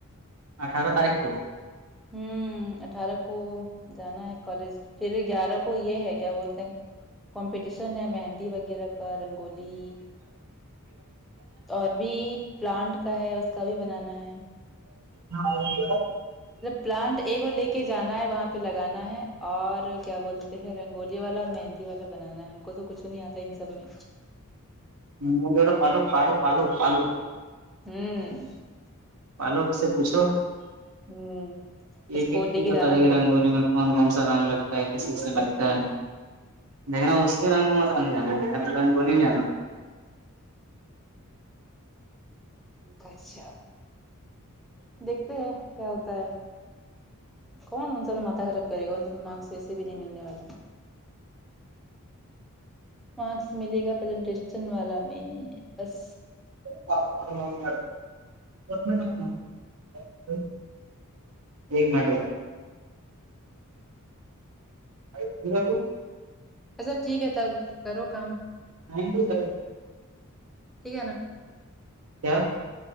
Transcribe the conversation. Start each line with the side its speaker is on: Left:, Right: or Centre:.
Right: اٹھارہ تاریخ کو
Centre: ہوں اٹھارہ کو جانا ہے کالج پھر گیارہ کو یہ ہے کیا بولتے ہیں کمپٹیشن ہے مہندی وغیرہ کا رنگولی اور بھی پلانٹ کا ہے اس کا بھی بنانا ہے
Right: ہاں یہ
Centre: پیلان ایک وہ لے کے جانا ہے وہاں پہ لگانا ہے اور کیا بولتے ہیں رنگولی والا اور مہندی والا بنانا ہے ہم کو تو کچھ نہیں آتا ان سب میں
Right: مگلا پالو پالو پالو پالو
Centre: ہوں
Right: بالو سے پوچھو
Centre: ہوں اس
Right: ایک
Centre: کو
Right: ایک
Centre: لے
Right: چیز
Centre: کے
Right: بتا
Centre: جانا
Right: د
Centre: پڑے
Right: گی رنگولی
Centre: گا نا
Right: میں کون کون سا رنگ لگتا ہے کسی سے لگتا ہے دیکھنا اس کے رن کو مت نہیں جانا رن بول نہیں جانا
Centre: کھ دیکھتے ہیں کیا ہوتا ہے کون ان چل ماتا گ ر کرے گ ان سے تو مارکس ویسے بھی نہیں ملنے والا مارکس ملے گا پرزنٹیشن والا میں بس
Right: ج ایک مٹ آ کی تو
Centre: اچھا ٹھیک ہے تب کرو کام
Right: تن و سر
Centre: ٹھیک ہے نا
Right: کیا